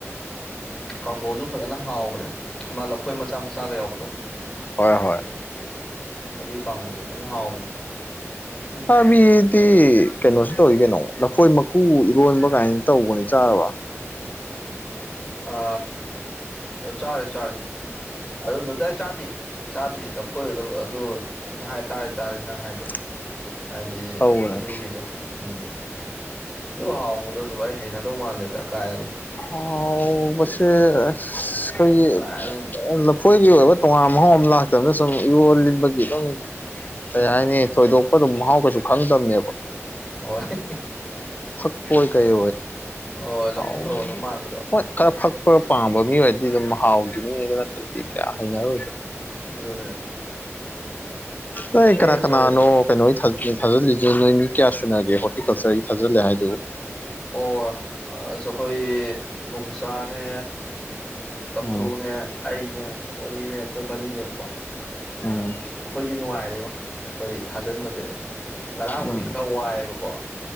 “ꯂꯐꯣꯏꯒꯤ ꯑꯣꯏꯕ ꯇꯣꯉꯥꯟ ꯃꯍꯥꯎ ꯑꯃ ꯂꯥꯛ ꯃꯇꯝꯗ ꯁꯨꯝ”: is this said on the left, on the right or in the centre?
Left